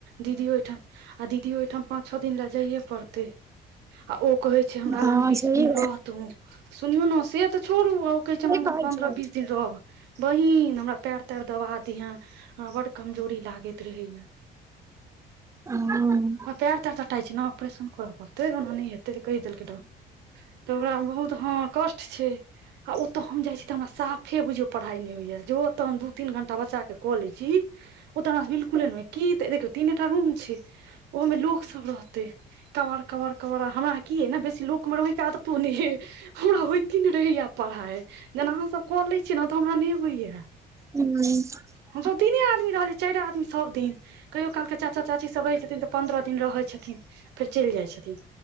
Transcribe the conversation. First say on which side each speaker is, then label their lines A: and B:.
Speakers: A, on the right; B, on the right.
A: दीदी ओहिठाम। आ दीदी ओहिठाम पाँच छउ दिन लए जाइए पड़तै आ ओ कहै छय जे हमरा
B: सही
A: लग बीस दिन रहत। तूँ सुनौ ने, से तँ छोड़ू। आ कहै
B: सही
A: छय पन्द्रह-बीस
B: छैथ
A: दिन रहू। बहिन हमरा पैर तैर दवा दिहे हमरा बड़ कमजोरी लागैत रहैया
B: ह <unintelligible>
A: पैर-तार तटाई छय ने। ऑपरेशन करऽ पड़तै, ओना नहि हेतै, से डॉक्टर कहि देलनि। तऽ ओकरा बहुत ह कष्ट छय आ ओतऽ हम जाइ छी तऽ हमरा साफ फेर बुझियौ पढ़ाइ नई होइए जो ओतय हम दू तीन घण्टा बच्चाके कऽ लैई छी ओतऽ हमरा बिलकुले ने की देखियौ तीन टा रूम छै ओहो में लोक सब रहते कवड़ कवड़ कबड़ हमरा की ह ने बेसी लोक में रोहि आदत तू ने है हमरा होइते ने रहैया पढ़ाई जेना अहाँ सब कऽ लै छियै ने तऽ हमरा नइ होइया
B: हूँ
A: हमसब तीने आदमी रहलियै। चारि आदमी सभ दिन नहि रहैत छल। कहियो-काल चाचा-चाचीसब रहैत छथि, तँ पन्द्रह दिन रहैत छथि, फेर चलि जाइत छथि।